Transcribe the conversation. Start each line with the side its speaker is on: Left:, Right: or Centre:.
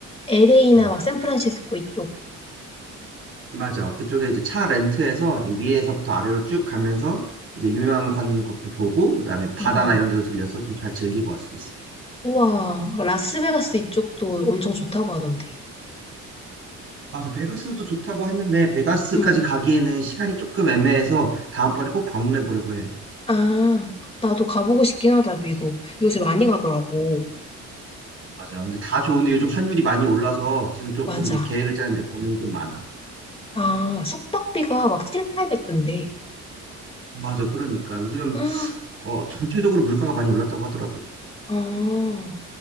Left: LA나
Right: 음.
Left: 막 샌프란시스코 이쪽.
Right: 맞아. 그쪽에 이제 차 렌트해서 위에서부터 아래로 쭉 가면서 이제 유명한 곳도 보고, 그다음에 바다나
Left: 응, 응.
Right: 이런 데도 들려서 좀 잘 즐기고 왔었어.
Left: 우와, 막 라스베가스 이쪽도 엄청 좋다고 하던데.
Right: 맞아. 베가스도 좋다고 했는데, 베가스까지
Left: 응.
Right: 가기에는 시간이 조금 애매해서 다음번에 꼭 방문해 보려고 해.
Left: 아, 나도 가보고 싶긴 하다, 미국. 요새 많이 가더라고.
Right: 맞아. 근데 다 좋은데 요즘 환율이 많이 올라서 지금 조금
Left: 맞아.
Right: 이게 계획을 짜는데 고민이 좀 많아.
Left: 아, 숙박비가 막 7, 8 0 0데
Right: 맞아. 그러니까 요즘
Left: 아,
Right: 어, 전체적으로 물가가 많이 올랐다고 하더라고.
Left: 아.